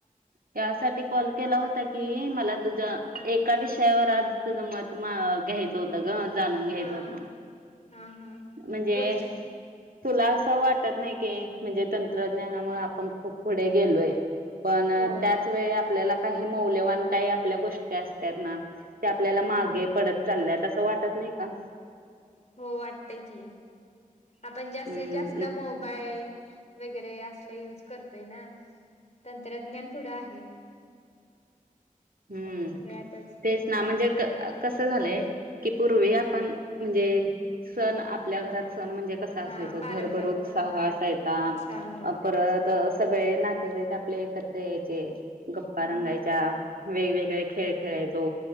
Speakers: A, on the right (about 85°); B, on the left (about 50°).
A: यासाठी कॉल केला होता की, मला तुझ्या एका विषयावर आज तुझं मत म घ्यायचं होत ग, जाणून घ्यायचं
B: हा
A: होतं.
B: हा हा.
A: म्हणजे
B: बोल की
A: तुला असं वाटत नाही की म्हणजे तंत्रज्ञानामुळे आपण खूप पुढे गेलोय. पण
B: होय
A: त्याच वेळी आपल्याला काही मौल्यवान काही आपल्या गोष्टी असतात ना. ते आपल्याला
B: हम्म
A: मागे पडत चालल्यात असं वाटत नाही का.
B: हो वाटतय की आपण जास्तीत
A: हम्म
B: जास्त मोबाईल वगैरे असले यूज करते ना तंत्रज्ञान पुढं आहे.
A: हम्म
B: सगळ्यातच
A: तेच. म्हणजे कस झालंय की पूर्वी आपण म्हणजे सण आपल्या घरात सण म्हणजे कसा असायचो
B: हा पारंपरिक
A: घरबरोच
B: होय
A: सवा असायचा.
B: उत्साह होय
A: परत सगळे नातेवाई का. आपले कचरे यायचे गप्पा
B: हम्म
A: रंगायच्या वेगवेगळे खेळ खेळायचो.